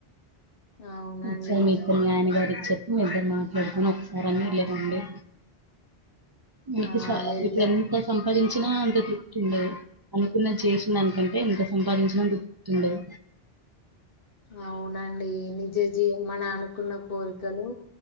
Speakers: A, on the left (about 60°); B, on the right (about 30°).
A: అవునండి
B: సే మీప్పు అనుగారి చె మీ ఇద్దరు మాట్లాడుకొని ఒకసారి అన్నా వెళ్ళి రండి మ ఇప్పుడుకా
A: ఆ వెళ్ళా
B: <unintelligible> సంపాదించినా అంత తృప్తి ఉండదు అనుకున్నది చేసిన దానికంటే ఎంత సంపాదించినా అంత తృప్తిండదు
A: అవునండి నిజ జీ మన అనుకున్న పోలికలు